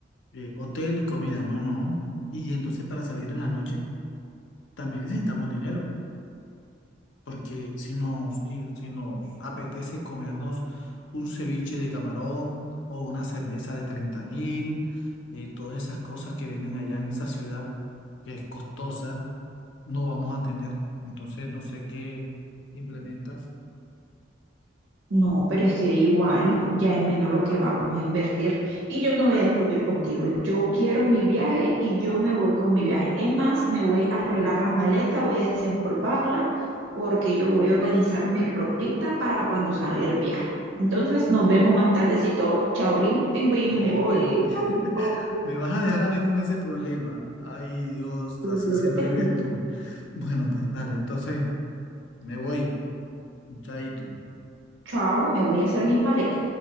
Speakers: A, on the left; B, on the right.
A: eh, hotel y comida. No, no. Y entonces para salir en la noche también necesitamos dinero. Porque si nos, y- si nos apetece comernos un ceviche de camarón o una cerveza de treinta mil, eh, todas esas cosas que venden allá en esa ciudad que es costosa, no vamos a tener. Entonces no sé qué implementas.
B: No, pero es que igual ya es menos lo que vamos a invertir y yo no voy a discutir contigo. Yo quiero mi viaje y yo me voy con mi viaje. Es más, me voy a arreglar las maletas, voy a desempolvarla porque yo voy a organizar mi ropita para cuando salga el viaje. Entonces nos vemos más tardecito. Chao, Limpingüín,
A: No,
B: me voy.
A: pero güey,
B: Chao,
A: <laughs>
B: chao.
A: me vas a dejar a mí con ese problema. Ay, Dios,
B: Claro
A: así siempre
B: que
A: eres
B: sí.
A: tú. Bueno, pues dale, entonces me voy, chaito.
B: Chao, me voy a hacer mi maleta.